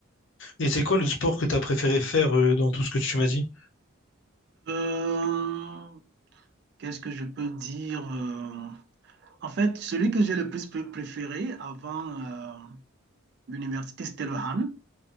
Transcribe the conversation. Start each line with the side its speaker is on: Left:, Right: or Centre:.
Left: Et c'est quoi le sport que t'as préféré faire euh, dans tout ce que tu m'as dit?
Right: Euh, qu'est-ce que je peux dire? Euh, en fait, celui que j'ai le plus pr- préféré avant euh, l'université, c'était le Han,